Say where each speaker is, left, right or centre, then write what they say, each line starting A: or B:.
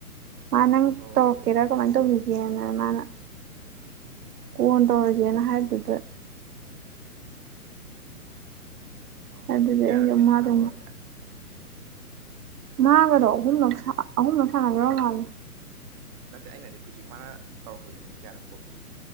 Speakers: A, on the right (about 75°); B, on the right (about 25°).
A: ꯃꯥ ꯅꯪ
B: ꯑꯣ
A: ꯇꯧꯔꯛꯀꯦꯔꯥ ꯀꯃꯥꯏꯟ ꯇꯧꯒꯤꯒꯦꯅ ꯃꯥꯅ ꯀꯣꯟ ꯇꯧꯔꯒꯦꯅ ꯍꯥꯏꯕꯗꯨꯗ
B: ꯑꯣ
A: ꯑꯗꯨꯗꯤ
B: ꯀꯌꯥꯔꯛꯇꯤ
A: ꯑꯩꯗꯣ ꯃꯥꯗꯣ
B: ꯁꯥꯟꯅꯍꯧꯔꯒꯦ ꯃꯥꯅꯦ
A: ꯃꯥꯒꯔꯣ ꯑꯍꯨꯝꯂꯛ
B: ꯈꯔ
A: ꯁꯥ ꯑꯍꯨꯝꯂꯛ ꯁꯥꯟꯅꯒ꯭ꯔꯕ
B: ꯈꯔ
A: ꯃꯥꯜꯂꯦ
B: ꯅꯠꯇꯦ ꯑꯩꯅꯗꯤ ꯍꯨꯖꯤꯛ ꯃꯥꯅ ꯇꯧꯔꯛꯄꯗꯨꯅꯦ ꯀꯌꯥꯔꯛꯐꯥꯎꯗꯤ